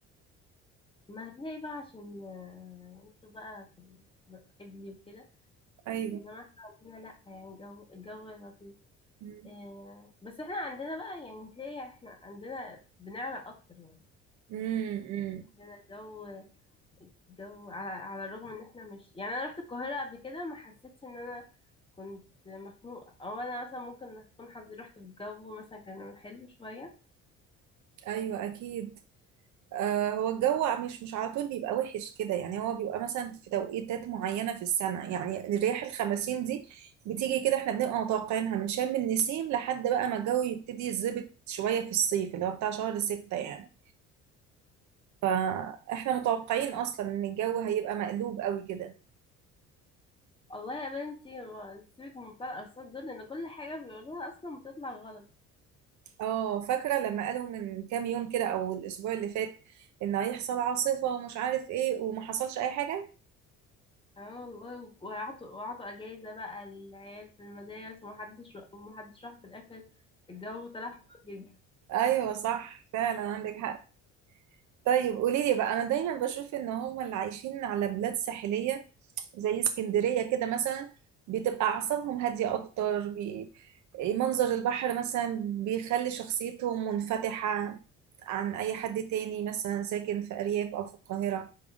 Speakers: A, on the left (about 15°); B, on the right (about 60°).
A: ما هتلاقي بقى عشان آه، انتوا بقى في قبلي وكده
B: ايوه
A: انما احنا عندنا لا يعني الجو الجو لطيف
B: مم.
A: آه، بس احنا عندنا بقى يعني هتلاقي احنا عندنا بنعرق اكتر يعني
B: مم. مم.
A: عندنا جو جو على على الرغم ان احنا مش يعني انا رحت القاهرة قبل كده ما حسيتش ان انا كنت مخنوقة او انا مثلا ممكن اكون حظي رحت في جو مثلا كان حلو شوية
B: ايوه اكيد آه هو الجو مش مش على طول بيبقى وحش كده يعني هو بيبقى مثلا في توقيتات معينه في السنه يعني رياح الخمسين دي بتيجي كده احنا بنبقى متوقعينها من شم النسيم لحد بقى ما الجو يبتدي يتظبط شويه في الصيف اللي هو بتاع شهر ستة يعني فاحنا متوقعين اصلا ان الجو هيبقى مقلوب قوي كده
A: والله يا بنتي ما- سيبك من بتاع الارصاد دول لان كل حاجة بيقولوها اصلا بتطلع غلط
B: اه فاكره لما قالوا من كام يوم كده او الاسبوع اللي فات ان هيحصل عاصفه ومش عارف ايه وما حصلش اي حاجه
A: اه والله وعطوا وعطوا اجازة بقى للعيال في المدارس ومحدش ومحدش راح في الاخر الجو طلع حلو
B: ايوه صح فعلا عندك حق طيب قولي لي بقى انا دايما بشوف ان هم اللي عايشين على بلاد ساحليه زي اسكندريه كده مثلا بتبقى اعصابهم هاديه اكتر بي... منظر البحر مثلا بيخلي شخصيتهم منفتحه عن اي حد تاني مثلا ساكن في ارياف او في القاهره